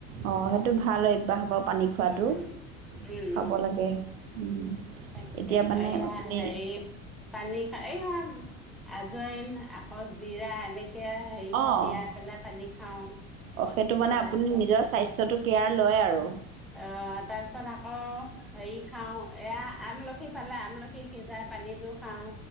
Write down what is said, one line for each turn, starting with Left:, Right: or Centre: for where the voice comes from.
Right: অ সেইটো ভাল অভ্যাস বাৰু পানী খোৱাটো
Centre: উম, উম,
Right: খাব
Centre: উম,
Right: লাগে উম
Centre: তাকে
Right: এতিয়া মানে
Centre: এইয়া
Right: আপুনি
Centre: হেৰি পানী খাই এইয়া আজইন আকৌ জিৰা এনেকে কে হেৰি
Right: অ',
Centre: তিয়াই পেলাই পানী খাওঁ
Right: অ সেইটো মানে
Centre: তাৰপিছত
Right: আপুনি নিজৰ স্বাস্থ্যটোক কেয়াৰ লয় আৰু
Centre: আহ তাৰপিছত আকৌ হেৰি খাওঁ এয়া আমলখি পালে আমলখি সিজাই পানীটো খাওঁ